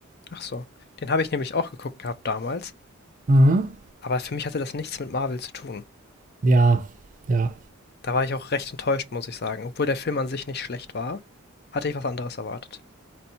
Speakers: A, on the left; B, on the right.
A: Ach so. Den habe ich nämlich auch geguckt gehabt damals,
B: Mhm.
A: aber für mich hatte das nichts mit Marvel zu tun.
B: Ja, ja.
A: Da war ich auch recht enttäuscht, muss ich sagen. Obwohl der Film an sich nicht schlecht war, hatte ich was anderes erwartet.